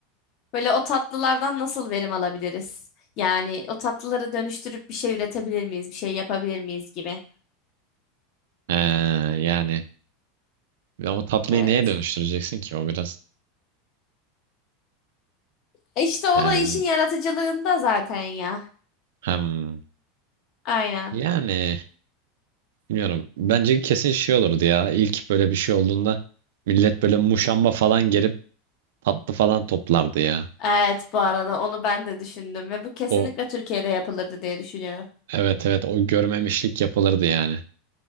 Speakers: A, on the left (about 35°); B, on the right (about 75°).
A: Böyle o tatlılardan nasıl verim alabiliriz? Yani o tatlıları dönüştürüp bir şey üretebilir miyiz? Bir şey yapabilir miyiz gibi.
B: Ee, yani ama tatlıyı
A: Evet.
B: neye dönüştüreceksin ki? O biraz
A: E İşte o
B: yani
A: da işin yaratıcılığında zaten ya.
B: hem
A: Aynen.
B: yani bilmiyorum. Bence kesin şey olurdu ya. İlk böyle bir şey olduğunda millet böyle muşamba falan gelip tatlı falan toplardı ya.
A: Evet bu arada onu ben de düşündüm ve bu kesinlikle
B: O
A: Türkiye'de yapılırdı diye düşünüyorum.
B: evet evet o görmemişlik yapılırdı yani.